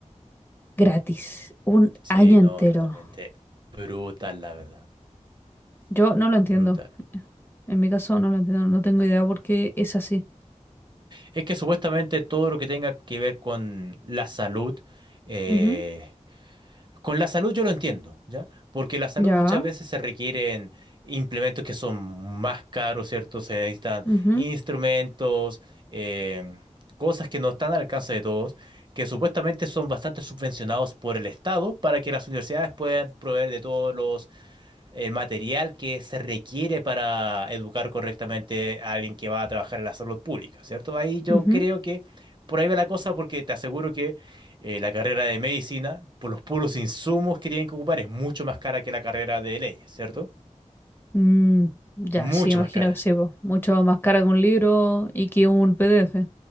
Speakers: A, on the left; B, on the right.
A: gratis, un
B: Sí,
A: año
B: no,
A: entero.
B: realmente brutal, la verdad.
A: Yo no lo entiendo.
B: Brutal.
A: En mi caso no lo entiendo, no tengo idea por qué es así.
B: Es que supuestamente todo lo que tenga que ver con la salud, eh,
A: Ujú,
B: con la salud yo lo entiendo, ¿ya? Porque la salud
A: Ya.
B: muchas veces se requieren implementos que son más caros, ¿cierto? Se necesitan
A: ujú,
B: instrumentos, em, cosas que no están al alcance de todos, que supuestamente son bastante subvencionados por el Estado para que las universidades puedan proveer de todos los el material que se requiere para educar correctamente a alguien que va a trabajar en la salud pública, ¿cierto? Ahí yo
A: ujú.
B: creo que por ahí va la cosa porque te aseguro que eh, la carrera de medicina, por los puros insumos que tienen que ocupar, es mucho más cara que la carrera de leyes, ¿cierto?
A: Mm, ya,
B: Mucho
A: sí, imagino
B: más cara.
A: que sí, po. Mucho más cara que un libro y que un PDF.